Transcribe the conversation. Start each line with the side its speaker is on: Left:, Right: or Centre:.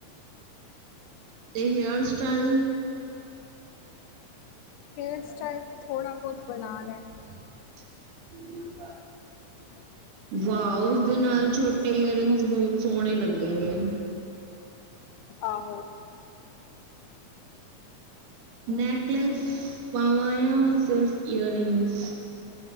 Right: ਤੇ ਹੇਅਰ ਸਟਾਈਲ
Left: ਹੇਅਰ ਸਟਾਈਲ ਵੀ ਥੋੜਾ ਬੋਤ ਬਣਾ ਲੈ
Right: <inaudible>
Left: <unintelligible>
Right: ਵਾ ਉਸਦੇ ਨਾਲ ਛੋਟੇ ਈਅਰਿੰਗਸ ਬੋਤ ਸੋਣੇ ਲੱਗੇਂਗੇ।
Left: ਆਹੋ।
Right: ਨੈਕਲਸ ਪਾਵਾਂ ਯਾਂ ਸਿਰਫ ਈਅਰਿੰਗਸ?